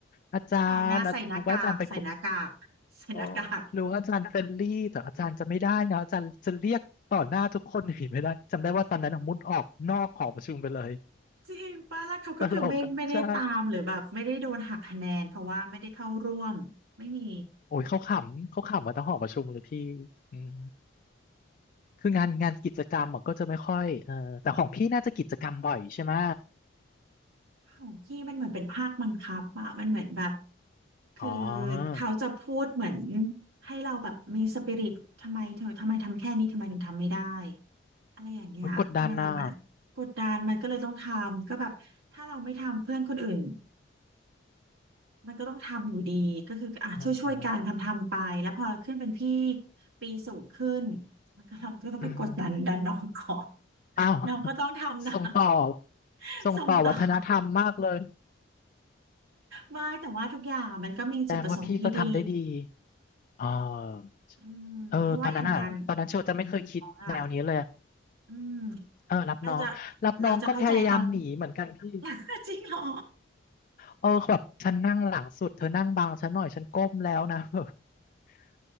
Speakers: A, on the left (about 40°); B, on the right (about 80°).
A: อาจารย์อาจรู้ว่าอาจารย์เป็นคน
B: ข่าวหน้าใส่หน้ากากใส่หน้ากากใส่หน้ากาก
A: อ๋อรู้อาจารย์เฟรนลี่แต่อาจารย์จะไม่ได้นะอาจารย์จะเรียกต่อหน้าทุกคนหนีไม่ได้จำได้ว่าตอนนั้นอะมุดออกนอกหอประชุมไปเลย
B: จริงป้าแล้วเขาก็คือไม่ไม่ได้ตามหรือแบบไม่ได้โดนหักคะแนนเพราะว่าไม่ได้เข้าร่วมไม่มี
A: ตลกอ่ะใช่โอ้ยเขาขำเขาขำมาทั้งหอประชุมเลยพี่อืมคืองานงานกิจกรรมอะก็จะไม่ค่อยเออแต่ของพี่น่าจะกิจกรรมบ่อยใช่ไหม
B: ของพี่มันเหมือนเป็นภาคบังคับอะมันเหมือนแบบคือ
A: อ๋อ
B: เขาจะพูดเหมือนให้เราแบบมีสปิริตทำไมเธอทำไมทำแค่นี้ทำไมถึงทำไม่ได้อะไรอย่างเงี้ยทำไมเรามันกดดันมันก็เลยต้องทำก็แบบถ้าเราไม่ทำเพื่อนคนอื่น
A: โอ้ยกดดันอ่ะ
B: มันก็ต้องทำอยู่ดีก็คืออ่ะช่วยช่วยกันทำทำไปแล้วพอเราขึ้นเป็นพี่
A: อ่า
B: ปีสูงขึ้นมันก็เราก็ต้องไปกดดันดันน้องก่อน
A: อืมฮึอ้าว
B: น้องก็ต้องทำนะ
A: <laughs> ส่งต่อ
B: <laughs>
A: ส่งต่อวัฒนธรรมมากเลย
B: ส่งต่อไม่แต่ว่าทุกอย่างมันก็มีจุดประสงค์ที่ดี
A: แสดงว่าพี่ก็ทำได้ดีอ๋อ
B: อืมเพราะว่าอย่างงาน
A: เออตอนนั้นอ่ะตอนนั้นเชลจะไม่เคยคิดแนวนี้เลย
B: อ่ะอืม
A: เออรับน้องรับน้องก็พยายามหนีเหมือนกันพี่
B: เราจะเราจะเข้าใจตอน <laughs> จริงเหรอ
A: เออแบบฉันนั่งหลังสุดเธอนั่งบังฉันหน่อยฉันก้มแล้วนะ <laughs>